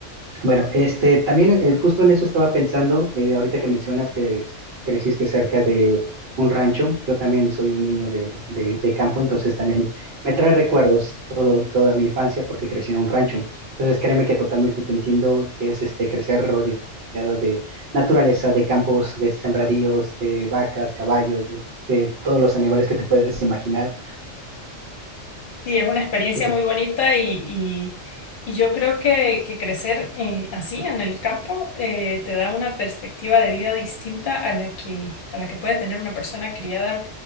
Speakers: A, on the right (about 55°); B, on the left (about 45°).
A: Bueno, este, también eh, justo en eso estaba pensando, eh, ahorita que mencionas que creciste cerca de un rancho, yo también soy un niño de, de- de campo, entonces también me trae recuerdos todo, toda mi infancia porque crecí en un rancho. Entonces créeme que totalmente te entiendo que es este, crecer rodeada de naturaleza, de campos, de sembradíos, de vacas, caballos, de todos los animales que te puedes imaginar.
B: Sí, es una experiencia
A: Y
B: muy bonita y, y, y yo creo que, que crecer eh, así en el campo eh, te da una perspectiva de vida distinta a la que, a la que puede tener una persona criada